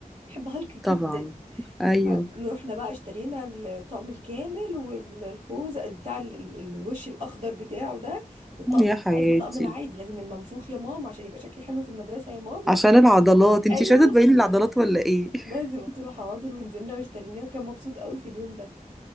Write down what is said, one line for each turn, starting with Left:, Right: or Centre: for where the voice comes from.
Right: بيحب هالك جدا
Centre: طبعا ايوه
Right: فروحنا بقى اشترينا الطقم الكامل والخوذ بتاع ال- بتاع ال- ال- الوش الاخضر بتاعه ده والطقم
Centre: يا
Right: مش
Centre: حياتي
Right: عايز الطقم العادي لازم المنفوخ يا ماما عشان يبقى شكلي حلو في المدرسة يا ماما
Centre: عشان العضلات انتي
Right: ايوه
Centre: مش عايزه تبيني العضلات ولا ايه <laughs>
Right: لازم قلت له حاضر ونزلنا واشتريناه وكان مبسوط قوي في اليوم ده